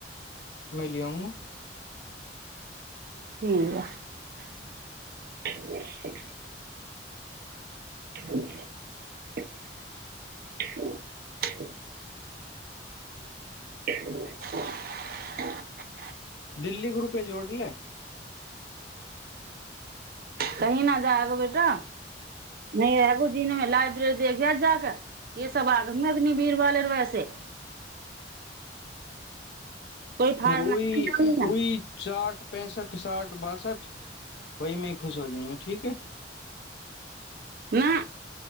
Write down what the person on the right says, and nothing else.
ठीक <inaudible> <unintelligible>
कही न जाग बेटी नहि रहगो दिनमे लाइब्रेरी देख जााकऽ ये सब आदम अगनि भीरवाले वैसे कोई फार
नहीं ना
न